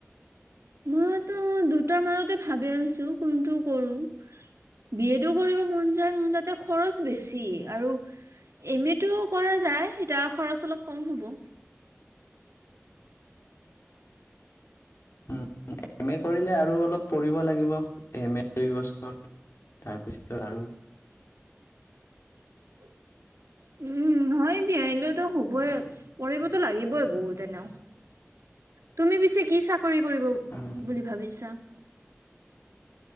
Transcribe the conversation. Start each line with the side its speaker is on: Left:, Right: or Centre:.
Right: মইতো দুটাৰ মাজতেই ভাবি আছো কোনটো কৰো? বি এডো কৰিব মন যায় কিন্তু তাতে খৰচ বেছি আৰু এম এটো কৰা যায় ইতা খৰচ অলপ কম হ'ব
Left: উম- এম এ কৰিলে আৰু অলপ পঢ়িব লাগিব এম এ দুই বছৰ তাৰপিছতে আৰু
Right: <unintelligible> উম হয় দিয়া এনেওটো হবই পঢ়িবতো লাগিবই বহুত এনেও তুমি পিছে কি চাকৰি কৰিব
Left: উম,
Right: বুলি ভাবিছা